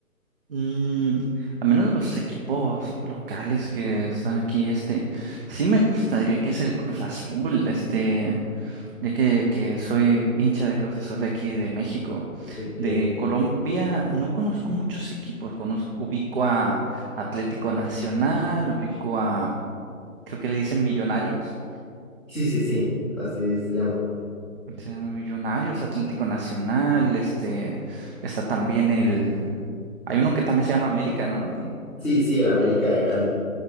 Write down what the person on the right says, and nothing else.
Mm, a menos de los equipos locales que están aquí, este, sí me gusta, diría que es el Cruz Azul, este. ya que, que soy hincha de Cruz Azul de aquí de México.
De Colombia no conozco muchos equipos, conozco, ubico a Atlético Nacional, ubico a, creo que le dicen Millonarios,
se llama Millonarios, Atlético Nacional, este, está también el, hay uno que también se llama América, ¿no? Ahí.